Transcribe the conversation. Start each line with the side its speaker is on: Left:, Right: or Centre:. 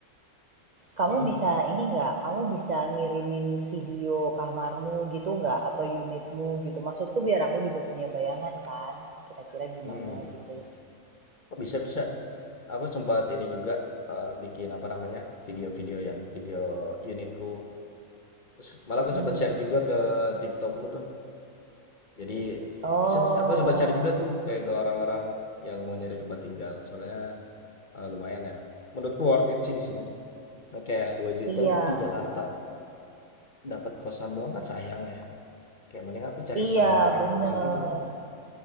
Right: kamu
Left: Hmm.
Right: bisa ini nggak? Kamu bisa ngirimin video kamarmu gitu nggak? Atau unitmu gitu? Maksudku biar aku juga punya bayangan kan, kira-kira gimana
Left: mhm.
Right: gitu.
Left: Oh bisa bisa. Aku sempat ini juga, eee, bikin apa namanya, video-video ya, video unitku. Terus malah
Right: Mm-mm.
Left: aku sempat share juga ke Tiktokku tuh. Jadi
Right: Oh,
Left: bisa sih, aku sempat share juga tuh kayak ke orang-orang yang mau nyari tempat tinggal. Soalnya, eee, lumayan ya. Menurutku worth it sih di sini. Kan kayak Rp2.000.000
Right: iya,
Left: tuh di Jakarta dapat kosan doang kan sayang ya, kayak mending aku cari
Right: iya
Left: sekalian kayak
Right: bener.
Left: rumah gitu kan.